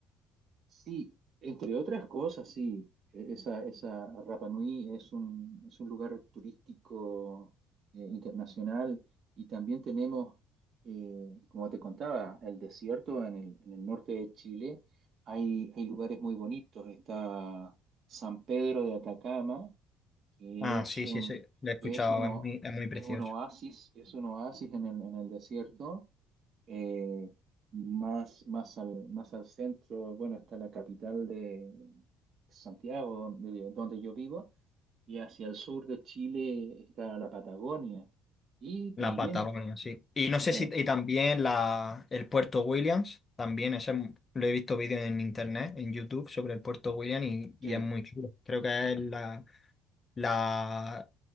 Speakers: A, on the right (about 45°); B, on the left (about 20°).
A: sí, entre otras cosas, sí, e- esa, esa Rapa Nui es un, es un lugar turístico eh, internacional y también tenemos, eh, como te contaba, el desierto en el, en el norte de Chile. Hay, hay lugares muy bonitos, está San Pedro de Atacama que
B: Ah,
A: es
B: sí,
A: un,
B: sí, sí, lo he escuchado,
A: que es uno,
B: es muy, es muy precioso.
A: es un oasis, es un oasis en el, en el desierto, eh, más, más al, más al centro, bueno, está la capital de Santiago, donde, donde yo vivo, y hacia el sur de Chile está la Patagonia, y también,
B: La Patagonia, sí. Y no
A: y
B: sé
A: ta-
B: si, y también la, el Puerto Williams, también ese m- lo he visto vídeos en internet, en YouTube, sobre el Puerto Williams y, y
A: sí,
B: es muy chulo. Creo que es la, la,